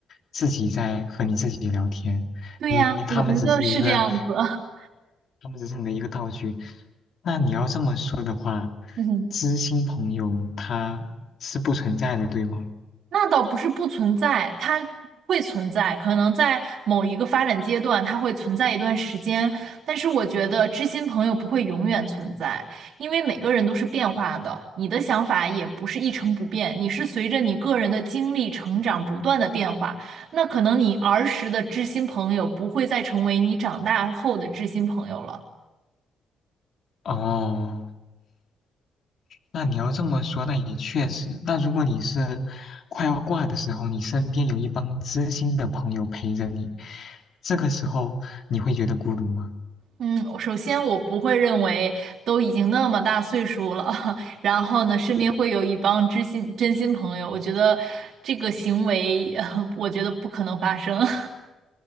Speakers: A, on the left; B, on the right.
A: 自己在和你自己聊天，
B: 对呀，
A: 你他们只是一个，
B: 我觉得是这样子。<laughs>
A: 他们只是你的一个道具。那你要这么说的话，
B: 嗯，
A: 知心朋友他是不存在的，对吗？
B: 那倒不是不存在，它会存在，可能在某一个发展阶段，它会存在一段时间。但是我觉得知心朋友不会永远存在，因为每个人都是变化的，你的想法也不是一成不变，你是随着你个人的经历成长不断的变化。那可能你儿时的知心朋友不会再成为你长大后的知心朋友了。
A: 哦，那你要这么说，那也确实。那如果你是快要挂的时候，你身边有一帮知心的朋友陪着你，这个时候你会觉得孤独吗？
B: 嗯，首先我不会认为都已经那么大岁数了，<laughs> 然后呢，身边会有一帮知心真心朋友，我觉得这个行为，<laughs> 呃我觉得不可能发生。<laughs>